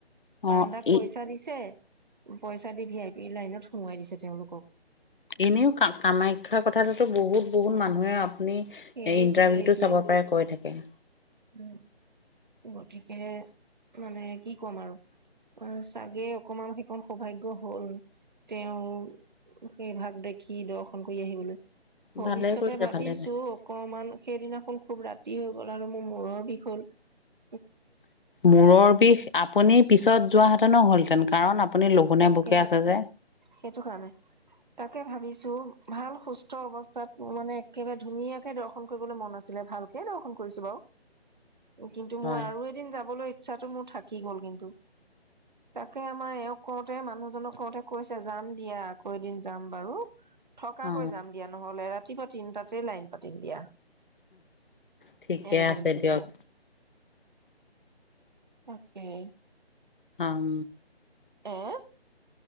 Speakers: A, on the right; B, on the left.
A: পাণ্ডাক
B: অ অ
A: পইচা
B: ই
A: দিছে। পইচা দি ভি আই পি লাইনত সোমোৱাই দিছে তেওঁলোকক।
B: এনেও ক কামাখ্যাৰ কথাটোতো বহুত বহুত মানুহে। আপুনি ইন্টাৰভিউতটো
A: সেইটোৱে সেইটোৱে
B: চাব পাৰে কৈ থাকে।
A: উম গতিকেে মানে কি কম আৰু অচ চাগে অকমান সেইকণ সৌভাগ্য হ'ল তেওঁ সেই ভাগ দেখি দৰ্শন কৰি আহিবলৈ ভৱিষ্যতে
B: ভালে কৰিছে
A: ভাবিছো
B: ভালে কৰিছে
A: অকমান সেইদিনাখন খুব ৰাতি হৈ গ'ল আৰু মোৰ মূৰৰ বিষ হ'
B: মূৰৰ বিষ আপুনি পিছত যোৱাহেতেনো হ'লহেতেন কাৰণ আপুনি লঘোনেে
A: তাকে
B: বুকে আছে যে
A: সেইটো কাৰণে তাকে ভাবিছো ভাল সুস্থ অৱস্থাত মানে একেবাৰে ধুনীয়াকে দৰ্শন কৰিবলৈ মন আছিলে ভালকে দৰ্শন কৰিছো বাৰু কিন্তু
B: হয়
A: মই আৰু এদিন যাবলৈ ইচ্ছাতটো মোৰ থাকি গ'ল কিন্তু তাকে আমাৰ এওঁক কৰওঁতে মানুহজনক কৰওঁতে কৈছে যাম দিয়া আকৌ এদিন যাম বাৰু থকাকৈ
B: অ
A: যাম দিয়া নহ'লে এ ৰাতি ৰাতিপুৱা তিম তাতে লাইন পাতিম দিয়া
B: ঠিকে
A: এনেকে
B: আছে
A: বুলি কৈছে
B: দিয়ক
A: অকে
B: উম
A: আহ